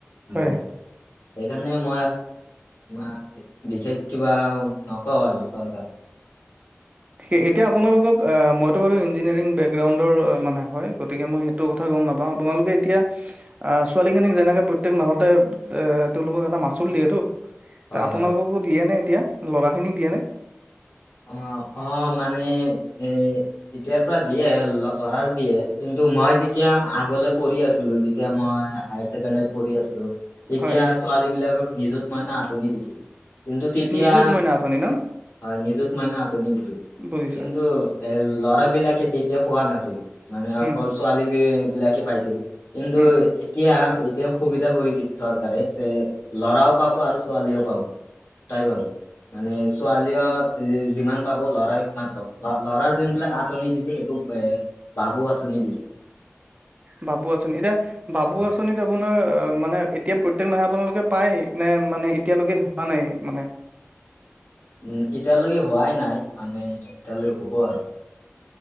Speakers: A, on the right (about 30°); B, on the left (about 70°).
A: হয়।
B: সেইকাৰণে মই আৰু। <unintelligible> বিশেষে কিবা নকওঁ আৰু চৰকাৰক।
A: সেই এতিয়া আপোনালোকক মইতো বাৰু ইঞ্জিনিয়াৰিং বেকগ্ৰাউণ্ডৰ মানে হয়। গতিকে, মই সেইটো কথা গ'ম নাপাওঁ তোমালোকে এতিয়া। আহ ছোৱালী খিনিক যেনেকে প্ৰত্যেক মাহতে এ তেওঁলোকক এটা মাচুল দিয়ে তো।
B: হয়
A: আপোনালোককো
B: হয়।
A: দিয়ে নে এতিয়া লৰা খিনিক দিয়ে নে।
B: অ' অ' মানে এ। এতিয়াৰ পৰা দিয়ে, ল'ৰাৰ দিয়ে, কিন্তু মই যেতিয়া আগলৈ পঢ়ি আছিলোঁ যেতিয়া মই হাইৰ ছেকেণ্ডাৰীত পঢ়ি আছিলোঁ, তেতিয়া
A: হয়,
B: ছোৱালী বিলাকক নিযুত মাইনা আঁচনি দিছিল। কিন্তু তেতিয়া,
A: নিজুত মইনা আঁচনি ন?
B: হয় নিযুত নিযুত মাইনা আচনি দিছিল।
A: বুজিছো
B: কিন্তু ল'ৰা বিলাকে তেতিয়া পোৱা নাছিল। মানে
A: উম,
B: অকল ছোৱালী বি-বিলাকে পাইছিল। কিন্তু
A: উম,
B: এতিয়া, এতিয়া সুবিধা কৰি দিছে, চৰকাৰে যে ল'ৰাও পাব আৰু ছোৱালীয়েও পাব। দুটাই পাব মানে ছোৱালীয়েও যিমান পাব ল'ৰা সিমান পাব। ল ল'ৰাৰ জোনবিলাক আঁচনি দিছে সেইটো এ বাবু আছনি দিছে।
A: বাবু আচনি এতিয়া বাবু
B: হয়
A: আঁচনিত আপোনাৰ মানে এতিয়া প্ৰত্যেক মাহে আপোনালোকে পায় নে মানে এতিয়ালৈকে হোৱা নাই মানে।
B: উম, এতিয়ালৈকে হোৱাই নাই মানে তেতিয়ালৈ হ'ব আৰু।